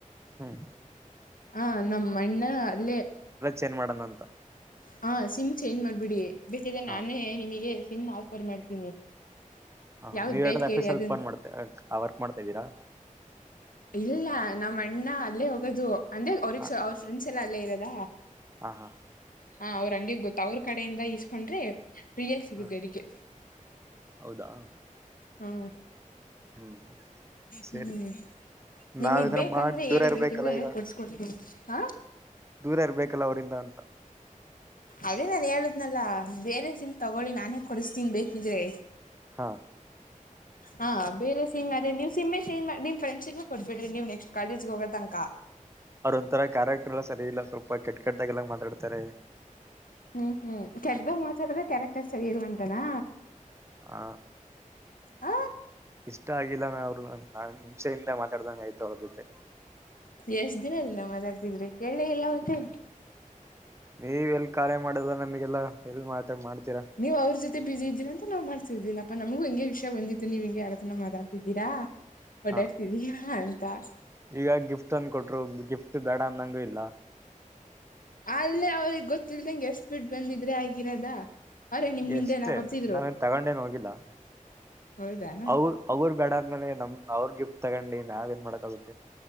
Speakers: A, on the right; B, on the left.
A: ಹ್ಮ್
B: ಹ ನಮ್ಮ ಅಣ್ಣ ಅಲ್ಲೇ
A: ಚೇನ್ ಮಾಡಣ ಅಂತ
B: ಹಾ ಸಿಮ್ ಚೇಂಜ್ ಮಾಡ್ಬಿಡಿ ಬೇಕ್ರೆ
A: ಹಾ
B: ನಾನೇ ನಿಮಗೆ ಸಿಮ್ ಆಫರ್ ಮಾಡ್ತೀನಿ
A: ಹ
B: ಯಾವ್ದ್
A: ನೀವ
B: ಬೇಕ
A: ಎರ್ದ ಆಫೀಸ
B: ಹೇಳಿ
A: ಅಲ್ಲಿ
B: ಅದನ್ನ
A: ಫೋನ್ ಮಾಡ್ತ ಆ ವರ್ಕ್ ಮಾಡ್ತಾ ಇದ್ದೀರಾ?
B: ಇಲ್ಲ ನಮ್ಮ ಅಣ್ಣ ಅಲ್ಲೇ ಹೋಗೋದು ಅಂದ್ರೆ ಅವ್ರಿಗೆ
A: ಹ
B: ಅವ್ರ ಫ್ರೆಂಡ್ಸ್ ಎಲ್ಲ ಅಲ್ಲೇ ಇರದ
A: ಹಾ ಹಾ
B: ಹಾ ಅವ್ರ ಹಂಗೆ ಗೊತ್ತ ಅವ್ರ ಕಡೆಯಿಂದ ಈಸ್ಕೊಂಡ್ರೆ ಫ್ರೀಯಾಗಿ ಸಿಗುತ್ತೆ
A: ಹಾ
B: ಅದಕ್ಕೆ
A: ಹೌದಾ
B: ಹ್ಮ
A: ಹ್ಮ್ ಸರಿ
B: ಹ್ಮ್ ನಿಮಗ್
A: ನಾವ್ ಇದನ್ನ
B: ಬೇಕಂದ್ರೆ
A: ಮಾಡಿ ದೂರ
B: ಹೇಳಿ
A: ಇರ್ಬೇಕಲ್ಲ
B: ಬೇಕಿದ್ರೆ
A: ಈಗ
B: ಕೊಡ್ಸ್ಕೊಡ್ತೀನಿ ಹಾ
A: ದೂರ ಇರ್ಬೇಕಲ್ಲ ಅವರಿಂದ ಅಂತ
B: ಅದೇ ನಾನ ಹೇಳುದ್ನಲ್ಲ ಬೇರೆ ಸಿಮ್ ತಗೊಳ್ಳಿ ನಾನೇ ಕೊಡಿಸ್ತೀನಿ ಬೇಕಿದ್ರೆ
A: ಹಾ
B: ಹಾ ಬೇರೆ ಸಿಮ್ ಅದೆ ನೀವು ಸಿಮ್ಮೆ ಚೇಂಜ್ ಮಾಡಿ ನಿಮ್ ಫ್ರೆಂಡ್ಸಿಗೂ ಕೊಡ್ಬೇಡಿ ನೀವು ನೆಕ್ಸ್ಟ್ ಕಾಲೇಜ್ಗ್ ಹೋಗೋತನಕ
A: ಅವ್ರ ಒಂಥರ ಕ್ಯಾರೆಕ್ಟರ್ ಎಲ್ಲಾ ಸರಿ ಇಲ್ಲಾ ಸ್ವಲ್ಪ ಕೆಟ್ಟ ಕೆಟ್ಟ್ದಾಗೆಲ್ಲಾ ಮಾತಾಡ್ತಾರೆ.
B: ಹು ಹು ಕೆಡ್ದ ಮಾತಾಡಿದ್ರೆ ಕ್ಯಾರೆಕ್ಟರ್ ಸರಿ ಇಲ್ಲಾ ಅಂತಾನ.
A: ಆ
B: ಹ
A: ಇಷ್ಟಾ ಆಗಿಲ್ಲಾನ ಅವರು ನ ನಾನ್ ಹಿಂಸೆಯಿಂದ ಮಾತಾಡ್ದಂಗೆ ಆಯ್ತು ಅವರ ಜೊತೆ.
B: ಎಷ್ಟ್ ದಿನಲ್ಲಿ ನಿವ ಮಾತಾಡ್ತಿದ್ರಿ ಹೇಳೆಲ್ಲಾ ಮತ್ತೆ.
A: ನೀವ ಎಲ್ಲಿ ಕಾರ್ಯ ಮಾಡಲ್ಲ ನಮಗೆಲ್ಲಾ ಎಲ್ಲಿ ಮಾತಾಡ್ ಮಾಡ್ತೀರಾ.
B: ನೀವು ಅವರ ಜೊತೆ ಬಿಸಿ ಇದ್ದೀರ ಅಂತ ನಾವ ಮಾಡ್ಸಿದಿಲ್ಲಪ್ಪಾ ನಮಗು ವಿಷಯ ಬಂದಿತ್ತು ನೀವು ಹಿಂಗೆ ಯಾರತ್ರನ ಮಾತಾಡ್ತಿದ್ದೀರಾ. ಓಡಾಡ್ತಿದಯಾ
A: ಹಾ
B: ಅಂತಾ.
A: ಈಗ ಗಿಫ್ಟ್ ತನ್ ಕೊಟ್ರು ಗಿಫ್ಟ್ ಬ್ಯಾಡಾ ಅಂದಂಗಿಲ್ಲಾ.
B: ಅಲ್ಲೇ ಅವ್ರಿಗೆ ಗೊತ್ತಿಲ್ದಂಗೆ ಎಸ್ ಬಿಟ್ಟು ಬಂದಿದ್ರೆ ಆಗಿರದ. ಅವ್ರೇ ನಿಮ್ ಹಿಂದೆನಾ
A: ಎಷ್ಟೇ
B: ಬರ್ತಿದ್ರು
A: ನಾನೆನ್ ತಗೊಂಡೇನ ಹೋಗಿಲ್ಲಾ
B: ಹೌದಾ
A: ಅವರ. ಅವರ ಬೇಡ ಅಂದ್ಮೇಲೆ ನಮ್ಮ ಅವರ ಗಿಫ್ಟ್ ತಗೊಂಡಿ ನಾವ ಏನ್ ಮಾಡಕಾಗುತ್ತೆ.